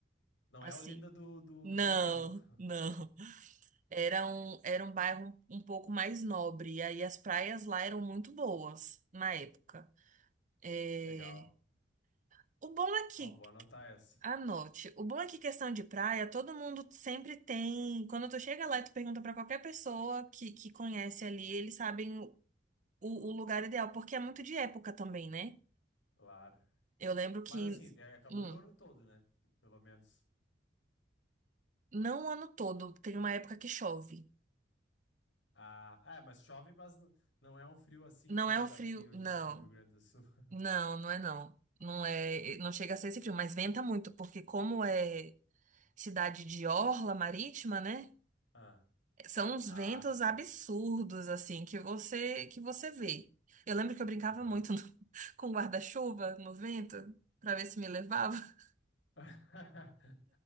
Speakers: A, on the left; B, on the right.
A: Não
B: assim.
A: é a Olinda do, do,
B: Não,
A: do Pernambuco.
B: não.
A: <laughs>
B: Era um, era um bairro um um pouco mais nobre. E aí as praias lá eram muito boas na época. É,
A: Legal.
B: O bom é que
A: Ó, vou anotar essa.
B: Anote. O bom é que questão de praia, todo mundo sempre tem. Quando tu chega lá e tu pergunta pra qualquer pessoa que, que conhece ali, eles sabem o, o lugar ideal, porque é muito de época também, né?
A: Claro.
B: Eu lembro
A: Mas
B: que,
A: assim, é calor
B: hum,
A: o ano todo, né? Pelo menos.
B: não o ano todo, tem uma época que chove.
A: Ah, é, mas chove, mas n- não é um frio assim
B: Não
A: que nem
B: é
A: o
B: o
A: daqui
B: frio,
A: onde
B: não.
A: eu tô, no Rio Grande do Sul. <laughs>
B: Não, não é não. Não é, não chega a ser esse frio, mas venta muito, porque como é cidade de orla marítima, né?
A: Ah.
B: São uns
A: Ah,
B: ventos
A: sim.
B: absurdos, assim, que você que você vê. Eu lembro que eu brincava
A: Aham.
B: muito no- <laughs> com guarda-chuva no vento, pra ver se me levava. <laughs>
A: <laughs>